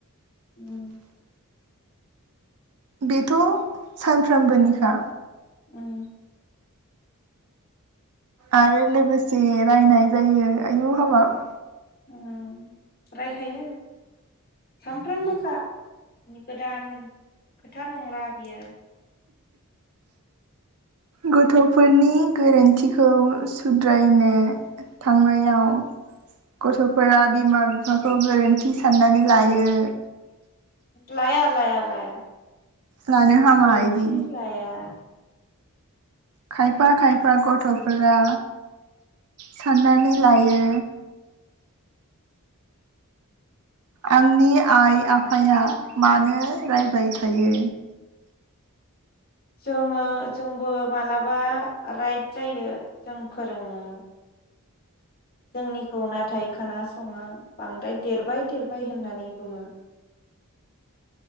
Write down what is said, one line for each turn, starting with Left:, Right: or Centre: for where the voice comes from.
Left: उम।
Right: बेथ सानफ्रामबोनिखा।
Left: ओम।
Right: आरो लोगोसे रायनाय जायो आयु हाबाब
Left: ओम रायखायो सानफ्रामबोनिखा गोदान खोथा नंला बियो।
Right: गथफोरनि गोरोन्थिखौ सुद्रायनो थांनायाव गथफोरा बिमा बिफाखौ गोरोन्थि साननानै लायो।
Left: लाया लाया लाया।
Right: लानो हामा
Left: गोरोन्थि
Right: इदि
Left: लाया।
Right: खायफा खायफा गथफोरा साननानै लायो। आंनि आइ आफाया मानो रायबाय थायो
Left: जोङो जोंबो मालाबा राइट जायो जों फोरोङो जोंनिखौ नाथाय खोनासङो बांद्राय देरबाय देरबाय होननानै बुङो